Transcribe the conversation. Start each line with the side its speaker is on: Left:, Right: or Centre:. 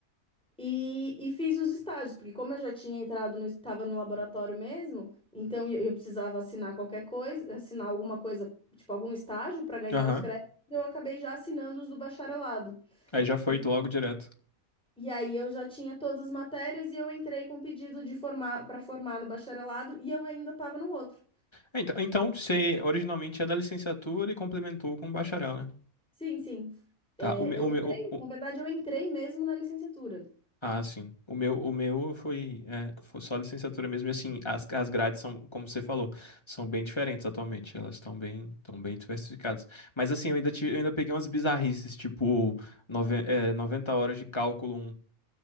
Centre: e, e fiz os estágios, porque como eu já tinha entrado, no, estava no laboratório mesmo, então eu, eu precisava assinar qualquer coisa, assinar alguma coisa, tipo algum estágio para ganhar
Left: aham.
Centre: os créditos, eu acabei já assinando os do bacharelado.
Left: Aí já foi
Centre: E,
Left: logo direto.
Centre: e aí eu já tinha todas as matérias e eu entrei com pedido de formar para formar no bacharelado e eu ainda estava no outro.
Left: É, então, então, você originalmente é da licenciatura e complementou com bacharel, né?
Centre: Sim, sim.
Left: Tá,
Centre: É,
Left: o meu,
Centre: eu
Left: o meu,
Centre: entrei,
Left: o-
Centre: na
Left: o-
Centre: verdade, eu entrei mesmo na licenciatura.
Left: ah, sim. O meu, o meu foi, é, foi só licenciatura mesmo. E assim, as, as grades são, como você falou, são bem diferentes atualmente. Elas estão bem, estão bem diversificadas. Mas assim, eu ainda, tive, eu ainda peguei umas bizarrices, tipo, nove, é, 90 horas de cálculo 1,